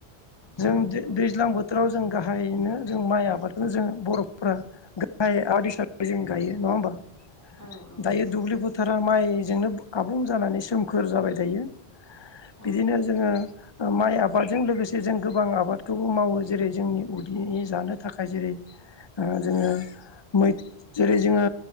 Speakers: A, on the left; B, on the left.
A: जों
B: औ नंगौ
A: दैज्लां बोथोराव जों गाहायैनो जों माइ आबादखौ जोङो बर'फोरा गाहाय आबाद हिसाबै जों गायो नङा होमबा? दायो
B: औ औ नंगौ
A: दुब्लि फोथारा माइजोंनो आबुं जानानै सोमखोर जाबाय दायो। बिदिनो
B: औ
A: जोङो माइ आबादजों लोगोसे जों गोबां आबादखौबो मावो जेरै जोंनि उदैनि जानो थाखाय जेरै ओ जोङो मै जेरै जोङो